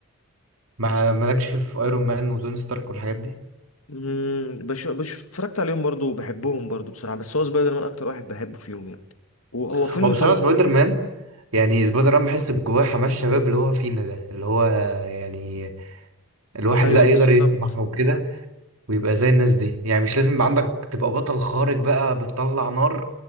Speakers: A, on the right (about 85°); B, on the left (about 85°).
A: ما مالكش في ايرون مان وتوني ستارك والحاجات دي
B: مم، بش... بش... اتفرجت عليهم برضو وبحبهم برضو بصراحة بس هو سبايدر مان أكتر واحد بحبه فيهم يعني وهو فيلم
A: هو بصراحة
B: فانتا
A: سبايدر مان يعني سبايدر مان بحس جواه حماس شباب اللي هو فينا ده اللي هو يعني الواحد
B: أيوه
A: لا يقدر
B: بالظبط
A: يطمح وكده ويبقى زي الناس دي يعني مش لازم يبقى عندك تبقى بطل خارق بقى بتطلع نار